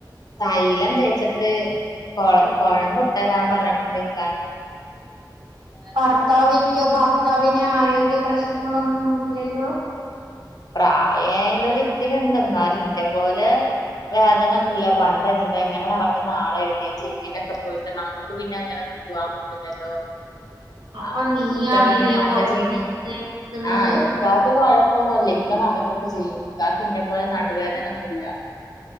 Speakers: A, on the left; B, on the right.
A: തൈലം തേച്ചിട്ട് കൊഴ കോഴമ്പിട്ടരാം പറഞ്ഞിട്ടുണ്ട്ക്കാനോട്.
B: ഭർത്താവെക്ക്യ ഭർത്താവിന് ആരോഗ്യ പ്രശ്നങ്ങളൊന്നും ഇല്ലല്ലോ?
A: പ്രായയേന്റെ ഒരിത്തിരിണ്ട് എന്നാലും ഇന്റെ പോലെ വേദന ഒന്നുല്ല പണ്ടെന്തെങ്ങനെ നടന്നിനെ ആളായിരുന്ന് പന്നെ ജമ്മിനൊക്കെ പോയിട്ട് നമ്മുക്ക് പിന്നെ അങ്ങനൊന്നും പോവാൻ പറ്റുല്ലല്ലോ.
B: അപ്പൊ
A: ആ
B: നീയാണില്ലേ
A: ഇക്ക പിന്നെ പണ്ട്
B: കൊറച്ച്
A: ജിം
B: ക്കുന്നത്
A: ആഹ് ഇക്കാക്ക് കൊഴപ്പൊന്നുല്ലേ. ഇക്ക നടക്കൊക്കെ ചെയ്യും ഇക്കാക്ക് ന്നെ പോലെ നടുവേദനൊന്നുല്ല.